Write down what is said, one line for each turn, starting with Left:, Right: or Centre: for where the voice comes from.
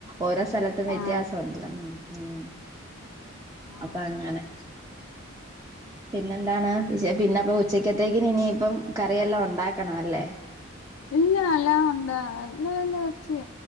Right: ഓരോ സ്ഥലത്തും വ്യത്യാസണ്ടല്ലോ.
Left: ആ
Right: ഉം
Left: ആ
Right: അപ്പങ്ങനെ. പിന്നെന്താണ്? പിന്നെ അപ്പൊ ഉച്ചക്കത്തേക്കിനിയിപ്പം കറിയെല്ലാം ഒണ്ടാക്കണല്ലേ?
Left: ഇല്ല. എല്ലാമൊണ്ട്. <unintelligible> വെച്ചു.